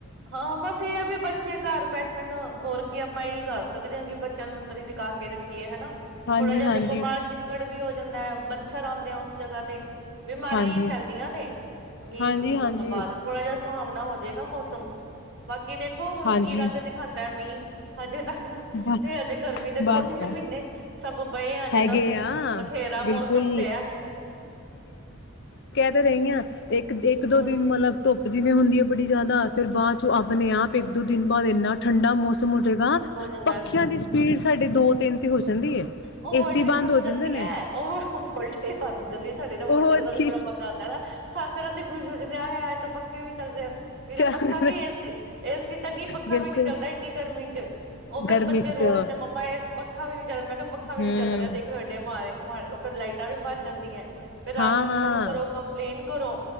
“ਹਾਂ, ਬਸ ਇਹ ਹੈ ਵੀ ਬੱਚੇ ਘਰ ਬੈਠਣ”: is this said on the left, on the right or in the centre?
Right